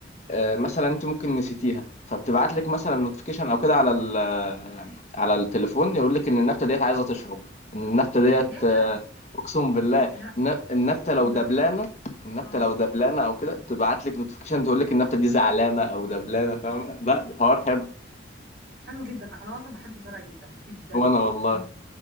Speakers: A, on the left; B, on the right.
A: آه، مثلا انت ممكن نسيتيها فبتبعت لك مثلا نوتيفيكيشن او كده على ال- آه، على التليفون يقول لك ان النبته ديت عايزه تشرب ان النبته ديت
B: يا
A: آه، اقسم بالله
B: لا
A: النب- النبته
B: استنى
A: لو دبلانه النبته
B: اه
A: لو دبلانه او كده تبعت لك نوتيفيكيشن تقول لك النبته دي زعلانه او دبلانه فاهمه لا الحوار حلو
B: حلو جدا انا اصلا بحب الزرع جدا جدا
A: وانا والله
B: م-